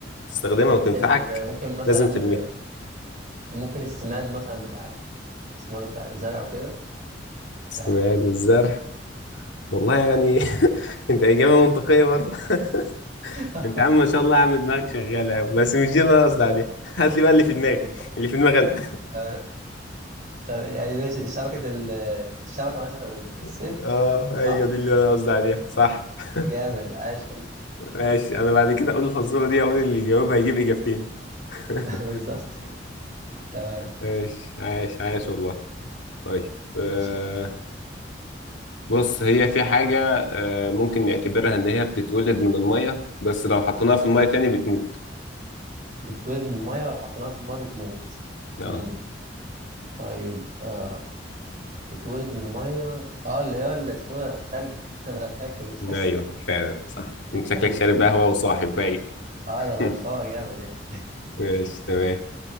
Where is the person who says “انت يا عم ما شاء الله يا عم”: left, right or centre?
Left